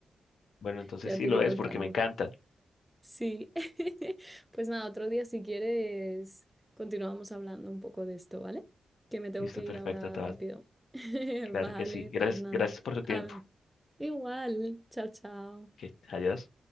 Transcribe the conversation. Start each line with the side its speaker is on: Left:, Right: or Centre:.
Left: Bueno, entonces
Centre: Ya
Left: sí
Centre: te iré
Left: lo
Centre: contando.
Left: es porque me encanta.
Centre: Sí. <laughs> Pues nada, otro día si quieres continuamos hablando un poco de esto, ¿vale? Que me tengo
Left: Listo,
Centre: que
Left: perfecto,
Centre: ir ahora
Left: Tabata.
Centre: rápido. <laughs>
Left: Claro
Centre: Vale,
Left: que sí. Gracias,
Centre: pues nada.
Left: gracias por tu tiempo.
Centre: Habla. Igual. Chao, chao.
Left: Que adiós.